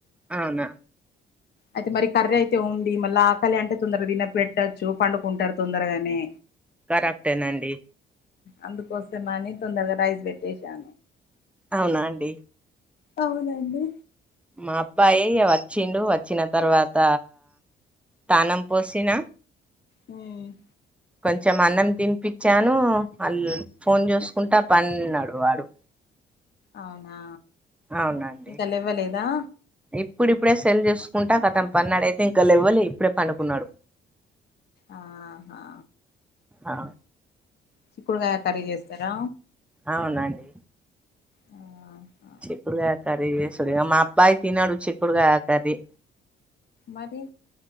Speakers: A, in the centre; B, on the left.
A: అవునా
B: అయితే మరి కర్రీ అయితే ఉంది మళ్ళ ఆకలి అంటే తొందరగా తిన పెట్టొచ్చు పండుకుంటారు తొందరగానే
A: కరక్టేనండి
B: అందుకోసమని తొందరగా రైస్ పెట్టేసా
A: అవునా అండి
B: అవునండి
A: మా అబ్బాయి వచ్చిండు వచ్చిన తర్వాత తానం పోసిను
B: హమ్
A: కొంచెం అన్నం తినిపిచ్చాను వాళ ఫోన్ చూసుకుంటా పండిన్నాడు వాడు
B: అవునా
A: అవునండి
B: ఇంకా లేవ్వలేదా
A: ఇప్పుడిప్పుడే సెల్ చేసుకుంటా కతం పన్నాడయితే ఇంకా లేవ్వలే ఇప్పుడే పండుకున్నా
B: ఆహా
A: ఆ
B: చిక్కుడుకాయ కర్రీ చేస్తారా
A: అవునండి
B: ఆ
A: చిక్కుడుగాయకర్రీ చేసుడు మా అబ్బాయి తినడు చిక్కుడుగాయ కర్రీ
B: మరి